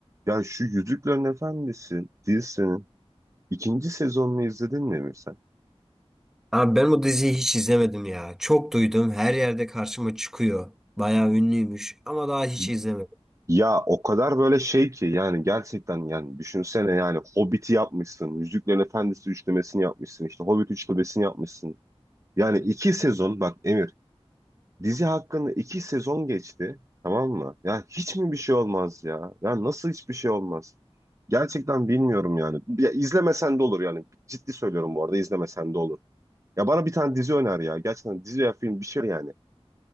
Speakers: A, on the right; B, in the centre.
A: Ya şu Yüzüklerin Efendisi dizisinin ikinci sezonunu izledin mi Emir sen?
B: Abi ben bu diziyi hiç izlemedim ya. Çok duydum. Her yerde karşıma çıkıyor. Bayağı ünlüymüş ama daha hiç
A: Y-
B: izlemedim.
A: Ya o kadar böyle şey ki yani gerçekten yani düşünsene yani Hobbit'i yapmışsın, Yüzüklerin Efendisi üçlemesini yapmışsın, işte Hobbit üçlemesini yapmışsın. Yani iki sezon bak Emir dizi hakkında iki sezon geçti tamam mı? Ya hiç mi bir şey olmaz ya? Ya nasıl hiçbir şey olmaz? Gerçekten bilmiyorum yani. Ya izlemesen de olur yani. Ciddi söylüyorum bu arada izlemesen de olur. Ya bana bir tane dizi öner ya. Gerçekten dizi ya film bir şey yani.